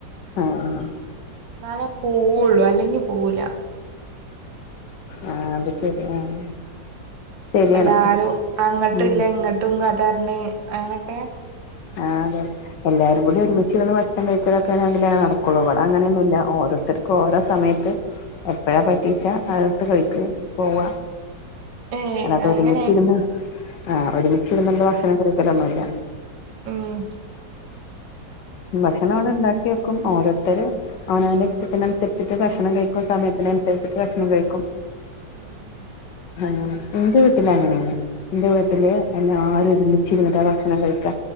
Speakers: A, on the left; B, on the right.
A: ആഹ്
B: ന്നാലെ പോവൊള്ളൂ അല്ലെങ്കി പോവുല
A: ആഹ് അത് ശരി ആഹ് ശരിയാണ്
B: എല്ലാരും അങ്ങട്ടും
A: ഉം
B: ല്ല ഇങ്ങട്ടും കഥർഞ് അങ്ങനൊക്കെ
A: ആഹ് അതെ എല്ലാരും കൂടി ഒരുമിച്ചിരുന്ന് ഭക്ഷണം കഴിക്കലൊക്കെണെങ്കിലെ നടക്കുള്ളൂ ഇവിടെ അങ്ങനെയൊന്നുല്ല ഓരോ ഒരത്തർക്ക് ഓരോ സമയത്ത് എപ്പഴ പറ്റീച്ചാ അ എടുത്ത് കഴിക്ക് പോവ
B: ഏ
A: അല്ലാതെ
B: അങ്ങനെ
A: ഒരുമിച്ചിരുന്ന് ആഹ് ഒരുമിച്ച് ഇര്നുള്ള ഭക്ഷണം കഴിക്കലൊന്നുല്ല
B: ഉം
A: ഭക്ഷണം അവിടെ ഇണ്ടാക്കിക്കും ഓരോരുത്തര് അവനാന്റെ ഇഷ്ടത്തിനുരിചിട്ട് ഭക്ഷണം കഴിക്കും സമയത്തിനുസരിച്ചിട്ട് ഭക്ഷണം കഴിക്കും
B: ഉം ഉം
A: അങ്ങനെ ഇന്റെ വീട്ടിൽ അങ്ങനേണ് ഇന്റെ വീട്ടില് എല്ലാരും ഒരുമിച്ചിരുന്ന് ട്ട ഭക്ഷണം കഴിക്കാ